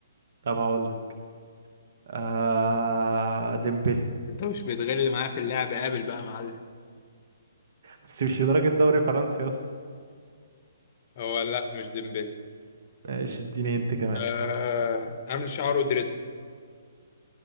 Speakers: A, on the right; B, on the left.
A: طب هقول لك آه ديمبلي
B: انت مش بتغل معاه في اللعب قابل بقى يا معلم
A: بس مش لدرجة دوري فرنسي يا اسطى
B: هو لا مش ديمبلي
A: ايش اديني انت كمان
B: آه عامل شعره دريد